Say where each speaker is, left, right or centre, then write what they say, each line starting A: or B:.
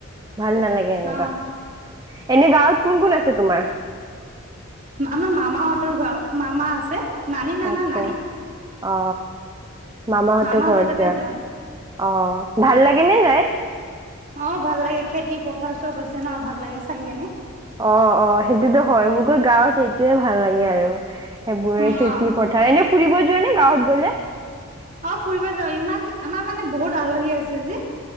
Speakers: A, on the right; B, on the right.
A: ভাল নালাগে এনেকুৱা।
B: অ।
A: এনে গাঁৱত কোন কোন আছে তোমাৰ?
B: আমাৰ মামাহঁতৰ ঘৰ, মামা আছে। নানি নানা
A: আচ্ছা
B: নাই।
A: অ মামাহঁতৰ
B: মামাহত
A: ঘৰত
B: তাতে
A: যোৱা
B: যাওঁ।
A: অ' ভাল লাগেনে যাই?
B: অ' ভাল লাগে, খেতি পথাৰ চব আছে ন' ভাল লাগে চাই কেনে।
A: অ', অ' সেইটোতো হয়, মোকো গাঁৱত সেইটোৱে ভাল লাগে আৰু সেইবোৰে
B: অ।
A: খেতি প এনে ফুৰিব যোৱানে গাঁৱত গ'লে?
B: অ' ফুৰিব যাও ইমান, আমাৰ মানে বহুত আলহী আছে যি,